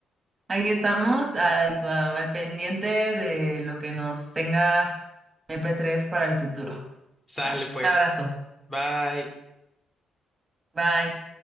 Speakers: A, on the right (about 30°); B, on the left (about 15°).
A: Ahí estamos al, cua- al pendiente de lo que nos tenga MP3 para el futuro.
B: Sale
A: Dale,
B: pues.
A: un abrazo.
B: Bye.
A: Bye.